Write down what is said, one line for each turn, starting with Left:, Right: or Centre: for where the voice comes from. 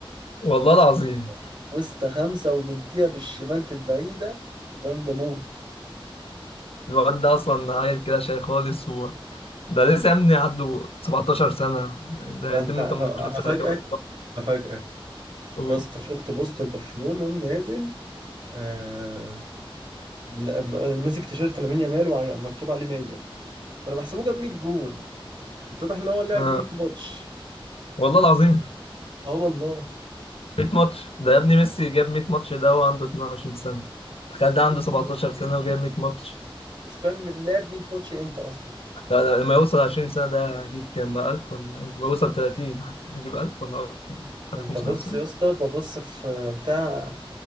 Left: والله
Right: دخل
Left: العظيم
Right: وسط خمسة ومديها بالشمال في البعيدة جامدة موت
Left: الواد ده اصلا عيل كده شاي خالص هو ده لسه يا ابني عنده 17 سنة يعني ده
Right: ده
Left: هيتم
Right: انت
Left: 18 سنة
Right: افاجئك
Left: كمان
Right: افاجئك
Left: أوه.
Right: يا اسطى شفت بوست لبرشلونة نازل آه لا- م- ماسك تيشيرت لامين يامال ومكتوب عليه 100 فانا بحسبه جاب 100 جون اتضح ان هو لعب
Left: آه.
Right: 100 ماتش
Left: والله العظيم
Right: اه والله
Left: 100 ماتش ده يا ابني ميسي جاب 100 ماتش ده وهو عنده 22 سنة تخيل ده
Right: 100
Left: عنده 17
Right: ماتش
Left: سنة وجايب 100 ماتش
Right: مش فاهم لعب 100 ماتش امتى اصلا
Left: لا لا، لما يوصل 20 سنة ده هجيب كام بقى 1000 ولا لما يوصل 30 حتى هجيب 1000 ولا أكتر
Right: ده
Left: 1500
Right: انت بص
Left: مثلا
Right: يا اسطى ببص في بتاع